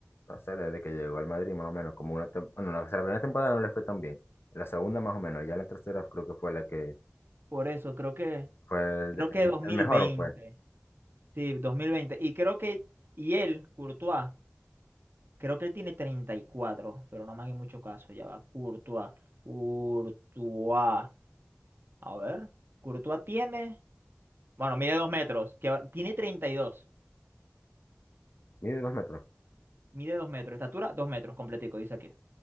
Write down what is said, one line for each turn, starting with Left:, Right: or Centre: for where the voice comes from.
Left: O sea, desde que llegó al Madrid más o menos, como una tem- bueno, la, o sea, la primera temporada no le fue tan bien. La segunda más o menos. Ya la tercera creo que fue la que
Right: Por eso, creo que,
Left: fue el,
Right: creo que
Left: el-
Right: 2020.
Left: el mejor, pues.
Right: Sí, 2020. Y creo que, y él, Courtois, creo que él tiene 34, pero no me hagan mucho caso, ya va. Courtois, Courtois. A ver, Courtois tiene, bueno, mide 2 metros, que va- tiene 32.
Left: Mide dos metros.
Right: mide 2 metros, estatura dos metros, completico, dice aquí.